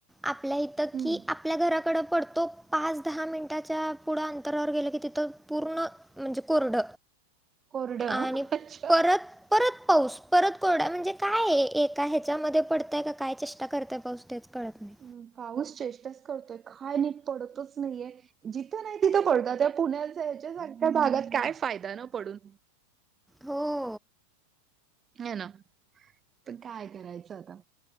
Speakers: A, in the centre; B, on the right (about 20°).
A: आपल्या इथं
B: हम्म
A: की आप आपल्या घराकडं पडतो पाच दहा मिनटाच्या पुढं अंतरावर गेलं की तिथं पूर्ण म्हणजे कोरड,
B: कोरडं
A: आणि,
B: हं अच्छा.
A: परत परत पाऊस परत कोरडा म्हणजे काय आहे ये? का ह्याच्यामध्ये पडताय काय चेष्टा करताय पाऊस तेच कळत नाही.
B: हम्म पाऊस चेष्टाच करतोय काय नीट पडतच नाहीये? जिथं नाही तिथं पडत त्या पुण्यात जायच्या संख्या झाल्यात काय फायदा न पडून?
A: हो.
B: हे ना, पण काय करायचं आता,